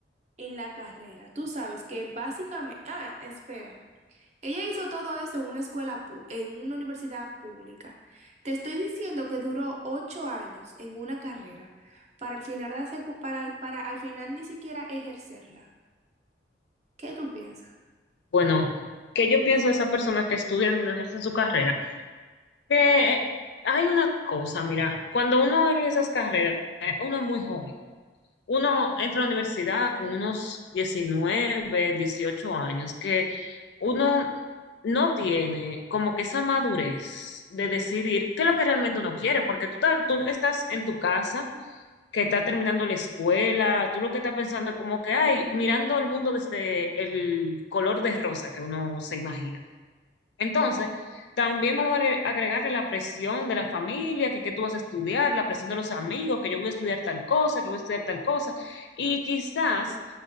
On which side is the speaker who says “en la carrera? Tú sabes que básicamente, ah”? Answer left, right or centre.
Right